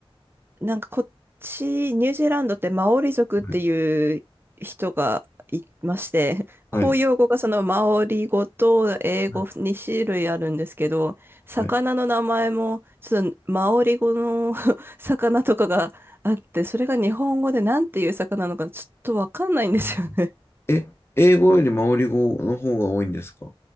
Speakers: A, on the right; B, on the left.
A: なんかこっち、ニュージーランドってマオリ族っていう人がいまして、
B: はい。
A: <laughs>
B: はい。
A: 公用語がそのマオリ語と英語2種類あるんですけど、
B: はい。
A: 魚の名前もちょっとマオリ語の
B: はい。
A: <laughs> 魚とかがあって、それが日本語でなんていう魚なのかちょっとわかんないんですよね。
B: うん
A: <laughs>
B: え、英語よりマオリ語の方が多いんですか